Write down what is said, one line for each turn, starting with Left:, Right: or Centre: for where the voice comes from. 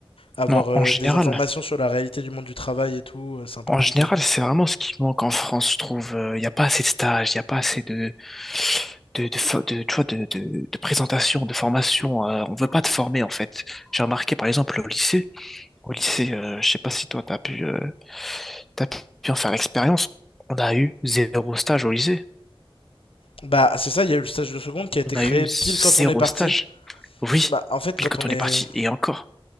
Left: avoir
Centre: Non,
Left: euh,
Centre: en général,
Left: des informations sur la réalité du monde du travail et tout. euh, C'est un peu
Centre: en
Left: compliqué.
Centre: général, c'est vraiment ce qui manque en France, je trouve. Il n'y a pas assez de stages, il n'y a pas assez de, de, de, fo- de, tu vois, de, de, de présentation, de formation. euh, on veut pas te former, en fait. J'ai remarqué, par exemple, au lycée, au lycée, euh, je sais pas si toi, t'as pu, euh, t'as pu en faire l'expérience. On a eu zéro stage au lycée.
Left: Bah, c'est ça, il y a eu le stage de seconde qui a été
Centre: On a
Left: créé
Centre: eu
Left: pile
Centre: zéro
Left: quand on est parti.
Centre: stage. Oui,
Left: Bah, en fait,
Centre: pile
Left: quand
Centre: quand
Left: on
Centre: on
Left: est.
Centre: est parti, et encore.